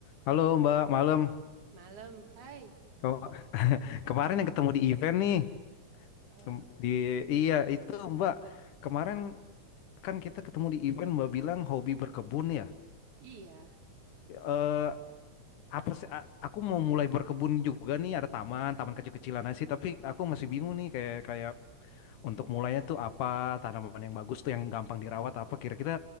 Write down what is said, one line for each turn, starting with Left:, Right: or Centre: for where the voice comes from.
Left: Halo Mbak, malam.
Right: Malam, hai.
Left: Kem- kemarin yang ketemu di event nih.
Right: Eh,
Left: Kem- Di iya itu Mbak. Kemarin kan kita ketemu di event Mbak bilang hobi berkebun ya.
Right: iya.
Left: Eh apa sih? a- Aku mau mulai berkebun juga nih. Ada taman, taman kecil-kecilan aja sih. Tapi aku masih bingung nih kayak kayak untuk mulainya tuh apa tanaman yang bagus tuh yang gampang dirawat apa kira-kira